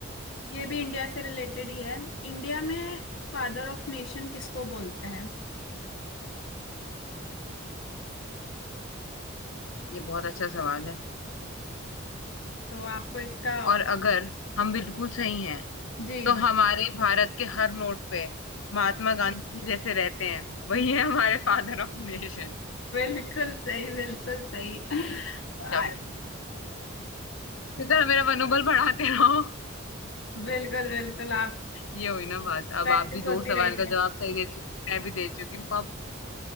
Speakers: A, on the left (about 65°); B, on the left (about 85°).
A: ये भी इंडिया से रिलेटेड ही है इंडिया में फादर ऑफ नेशन किसको बोलते हैं
B: ये बहुत अच्छा सवाल है
A: तो आपको इसका
B: और
A: op-
B: अगर हम बिल्कुल सही हैं
A: जी
B: तो
A: जी
B: हमारे भारत के हर नोट पे महात्मा गांधी जी जैसे रहते हैं वही
A: जी
B: है हमारे फादर ऑफ नेशन
A: बिल्कुल सही बिल्कुल सही आ,
B: क्या इसी तरह मेरा मनोबल बढ़ाते रहो
A: बिल्कुल बिल्कुल आप
B: ये हुई ना बात
A: प्रैक्टिस
B: अब आप भी दो
A: होती
B: सवाल
A: रहेगी
B: का जवाब सही दे चुकी मैं भी दे चुकी हूँ अब